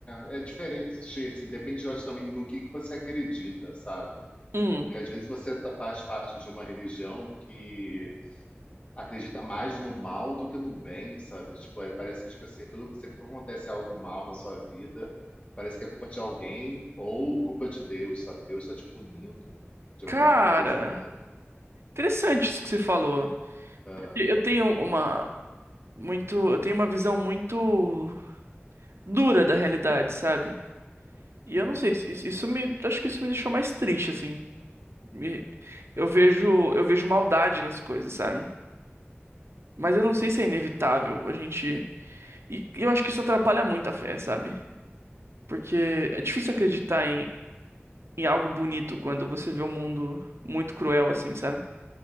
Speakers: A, on the left; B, on the right.
A: é, é diferente, assim, depende, eu acho, também no que que você acredita, sabe?
B: Hum,
A: Porque às vezes você tá- faz parte de uma religião que acredita mais no mal do que no bem, sabe? Tipo, aí parece que tipo assim, tudo que sempre acontece algo mal na sua vida, parece que é culpa de alguém ou culpa de Deus, sabe? Deus está te punindo de
B: cara,
A: alguma coisa, né?
B: interessante isso que você falou.
A: Ah,
B: E Eu tenho uma muito, eu tenho uma visão muito dura da realidade, sabe? E
A: uhum.
B: eu não sei, Uhum. isso isso- isso me, acho que isso me deixou mais triste, assim. Me- Eu vejo, eu vejo maldade nas coisas, sabe? Mas eu não sei se é inevitável a gente. E eu acho que isso atrapalha muito a fé, sabe? Porque é difícil acreditar em algo bonito quando você vê o um mundo muito cruel, assim, sabe?